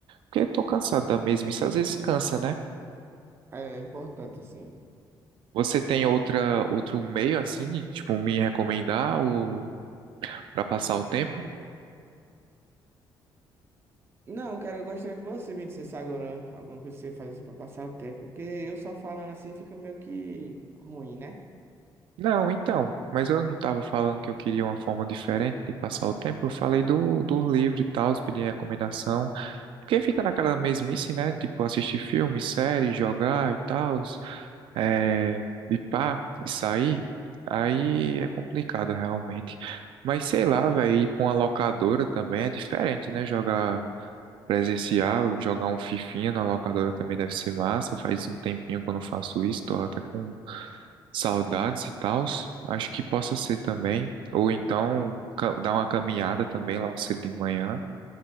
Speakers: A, on the right; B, on the right.
A: Porque eu tô cansado da mesma, isso às vezes cansa, né?
B: É importante, assim.
A: Você tem outra, outro meio, assim, tipo, me recomendar ou... para passar o tempo?
B: Não, cara, eu gostaria que você me dissesse agora alguma coisa que você faz assim pra passar o tempo, porque eu só falando assim fica meio que ruim, né?
A: Não, então, mas eu não estava falando que eu queria uma forma diferente de passar o tempo. Eu falei do, do livro e tal, pedi recomendação. Porque fica naquela mesmice, né? Tipo, assistir filme, série, jogar e tal, é, e pá, e sair. Aí é complicado realmente. Mas sei lá, velho, ir pra uma locadora também é diferente, né? Jogar. presencial, jogar um fifinha na locadora também deve ser massa. Faz um tempinho que eu não faço isso, tô até com saudades e tals. Acho que possa ser também. Ou então ca- dar uma caminhada também logo cedo de manhã.